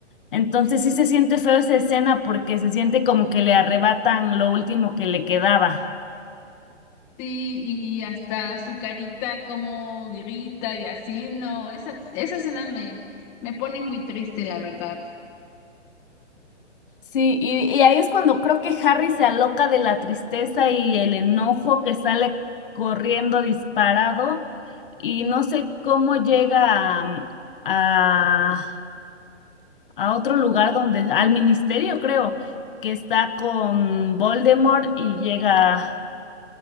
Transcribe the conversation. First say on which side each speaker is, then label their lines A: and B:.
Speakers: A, on the left; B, on the left.
A: Entonces sí se siente feo esa escena porque se siente como que le arrebatan lo último que le quedaba.
B: Sí, y hasta su carita como grita y así, no, esa, esa escena me, me pone muy triste, la verdad.
A: Sí, y, y ahí es cuando creo que Harry se aloca de la tristeza y el enojo que sale corriendo disparado y no sé cómo llega a, a, a otro lugar donde, al ministerio creo, que está con Voldemort y llega